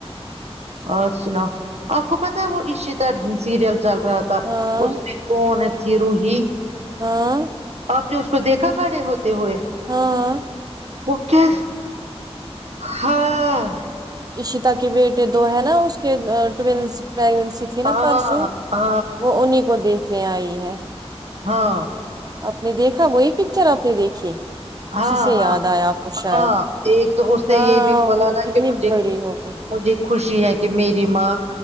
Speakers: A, on the right; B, on the right.
A: اور سناو آپ کو پتا ہے وہ عشتا سیریل چل رہا تھا
B: ہاں
A: اس میں کون ا تھی روہی
B: ہاں
A: آپ نے اس کو دیکھا بڑے ہوتے ہوئے
B: ہاں
A: وہ کیا ہاں
B: اشیتا کے بیٹے دو ہے نا اس کے ٹوینس پرگنسی تھی نا
A: ہاں
B: پرسوں
A: ہاں
B: وہ انہیں کو دیکھنے آئی ہے
A: ہاں
B: آپ نے دیکھا وہی پکچر آپ نے دیکھی
A: ہاں
B: اسی سے یاد
A: ہاں
B: آیا آپ کو شاید
A: ہاں ایک تو اس
B: ہاں
A: نے یہ بھی بولا
B: وہ
A: نا
B: کتنی
A: کہ مجھے
B: بڑی ہوگی
A: مجھے خوشی ہے کہ میری ماں